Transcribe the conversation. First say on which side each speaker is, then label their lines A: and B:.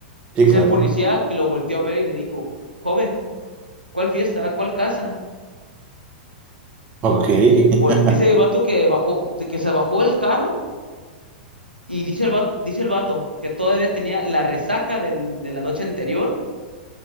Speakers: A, on the right; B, on the right.
A: Sí,
B: Dice
A: claro.
B: el policía que lo volteó a ver y le dijo, joven, ¿cuál fiesta? ¿Cuál casa?
A: Ok. <laughs>
B: Vol- Dice el vato que bajó, de que se bajó el carro y dice el vato, dice el vato que todavía tenía la resaca del- de la noche anterior,